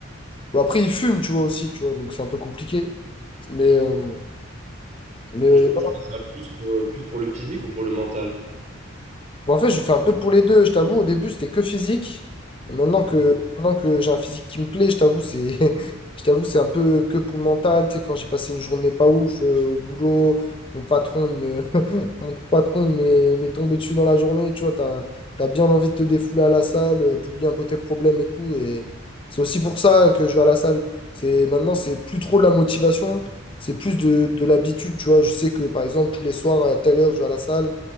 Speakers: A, on the left; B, on the right.
A: Bon, après, ils fument, tu vois, aussi, tu vois, donc c'est un peu compliqué. Mais, euh, mais
B: Et
A: euh,
B: du coup, tu fais ça plus pour, plus pour le physique ou pour le mental?
A: Bon, en fait, je fais un peu pour les deux, je t'avoue. Au début, c'était que physique. Et Maintenant que,
B: Mhm.
A: maintenant que j'ai un physique qui me plaît, je t'avoue, c'est, <laughs> je t'avoue, c'est un peu que pour le mental. Tu sais, quand j'ai passé une journée pas ouf euh, au boulot, mon patron, il me, <laughs> mon patron, il m'est il m'est tombé dessus dans la journée. Tu vois, t'as, t'as bien envie de te défouler à la salle, euh, t'oublies un peu tes problèmes et tout. Et c'est aussi pour ça que je vais à la salle. C'est, maintenant, c'est plus trop de la motivation, c'est plus de, de l'habitude. Tu vois, je sais que, par exemple, tous les soirs, à telle heure, je vais à la salle.